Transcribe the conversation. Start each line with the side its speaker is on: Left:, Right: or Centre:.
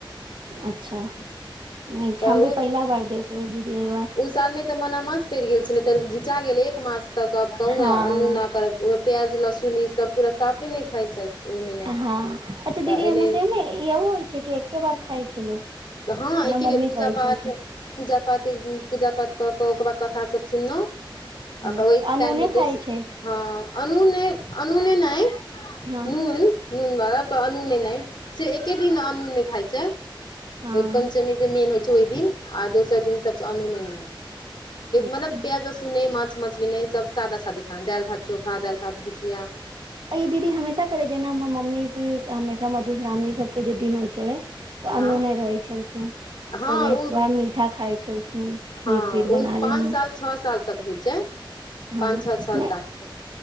Right: अच्छा नै
Left: तऽ
Right: हम भी पहिला बार देखबेै दीदी एहि बार
Left: साल मे तऽ मनामास पड़ि गेल छलै त घिचा गेल एक मास तक अब कहु
Right: हँ
Left: ने अनूना करब ओहिमे प्याज लहसुन ई सब पूरा साफे नहि खाइ छै ओहिमे नहि
Right: हँ अच्छा दीदी
Left: तऽ एने
Right: सेमे ए कि होइ छै कि एके बार खाय छै लोक
Left: हँ
Right: एना
Left: एके
Right: मम्मी
Left: बेर पूजा
Right: कहै
Left: पाठ
Right: छलखिन
Left: पूजा पाति पूजा पाठ कऽ कऽ ओक बाद कथास सब सुनलहुँ आ
Right: हँ
Left: ओहि
Right: तऽ अनूने
Left: टाइममे दोस
Right: खाइ छै
Left: हँ अनु अनुने नै
Right: हँ
Left: नून नून बारब अनूने नहि से एके दिन अनू्न खाइ छै
Right: हँ
Left: पञ्चमी मेन होइ छै ओइ दिन आ दोसर दिन सबसे अनूने
Right: अच्छा
Left: मतलब प्याज सुने माछ मछली नई सब सादा सादी खाना दालि भात चोखा दालि भात भुजिया
Right: अई दीदी हमेशा करै जेना हमर मम्मी उी हमेशा मधुश्रावणी सबके जे दिन होइ छलै तऽ
Left: हँ
Right: अनूने रहै छलखिन
Left: हँ
Right: से
Left: ओ
Right: एक बार मीठा खाय छलखिन खीर
Left: हँ
Right: तीर
Left: ऊ
Right: बना
Left: पाँच
Right: लेलहुँ
Left: साल छ साल तक होइ छै
Right: हँ
Left: पाँन छ साल
Right: नहि
Left: ताक